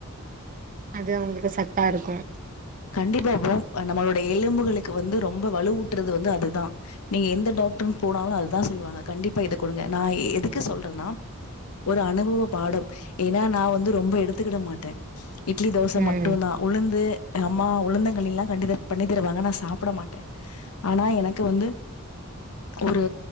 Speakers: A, on the right (about 35°); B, on the left (about 80°).
A: அது அவங்களுக்கு சத்தாருக்கு
B: கண்டிப்பாபா நம்மளோட எலும்புகளுக்கு வந்து ரொம்ப வலுவு ஊட்டுறது வந்து அதுதா நீங்க எந்த டாக்டர் போனாலு அதுதா சொல்லுவாங்க கண்டிப்பா இத குடுங்க நா எதுக்கு சொல்றேனா ஒரு அனுபவ பாடம் ஏன்னா நா வந்து ரொம்ப எடுத்துக்கிட மாட்ட இட்லி தோசை
A: ம்
B: மட்டு தா உளுந்து அம்மா உலுந்தங் கலில்லா கண்டுக பண்ணி தருவாங்க நா சாப்ட மாட்ட ஆனா எனக்கு வந்து ஒரு